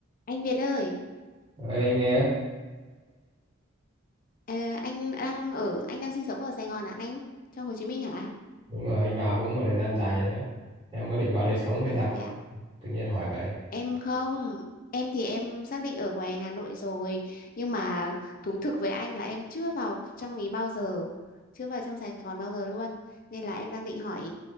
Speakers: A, on the left; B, on the right.
A: Anh Việt ơi,
B: Đấy, anh nghe
A: ờ, anh đang ở anh đang sinh sống ở Sài Gòn à anh? Trong Hồ Chí Minh hả?
B: đúng rồi anh vào cũng một thời gian dài rồi đó em có định vào đây sống hay
A: À
B: sao mà
A: thế ạ.
B: tự nhiên hỏi vậy
A: Em không, em thì em xác định ở ngoài Hà Nội rồi, nhưng mà thú thực với anh là em chưa vào trong ý bao giờ, chưa vào trong Sài Gòn bao giờ luôn. Nên là em đang định hỏi